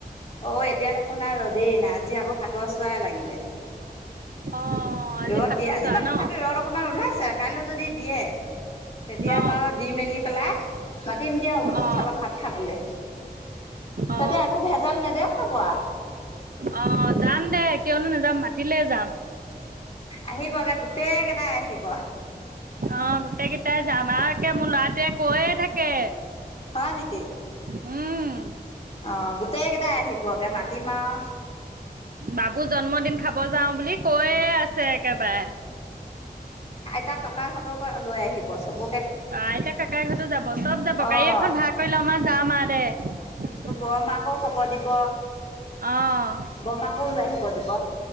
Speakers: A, on the left; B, on the right.
A: অ এতিয়া দেখোন আৰু ৰ। দেই নাই আজি আকৌ সাতৰ চোৱাই লাগিলে।
B: অ
A: ৰদ
B: সাতৰ
A: দি আজি
B: চোৱা
A: বাাৰ
B: ন
A: তথাপি ৰদ অকমান ওলাইছে। কালৈ যদি দিয়ে। তেতিয়া
B: অ
A: বাও দি মেলি। পেলাই। মাতিম দিয়া আৰু নতুন
B: অ
A: চাউৰ ভাত খাবলৈ তেতিয়া
B: অ
A: একো ভেজাল নেদে খাব আ।
B: অ যাম দে কিয়নো নাযাম মা। তিলে যাম।
A: আহিব গে গোটেই কেইটাই আহিব।
B: অ গোটেই কেইটাই যাম আ একে মোৰ লৰাটোৱে কৈয়ে থাকে।
A: হয় নেকি।
B: উম।
A: অ গোটেই কেইটাই আহিব একে মাটিম আও।
B: বাবু জন্মদিন খাব যাওঁ বুলি কৈয়ে আছে একেবাৰে।
A: টা ককাক সতকো লৈ আহিব চব।
B: আইতা কাকাই সেটো যাব চব যাব
A: অ',
B: গাড়ী এখন ভাড়া কৰিলে আমাৰ যাম আৰ দে।
A: বৰ মাকো খবৰ দিব।
B: অঁ
A: বমাকো লৈ আহিব দিব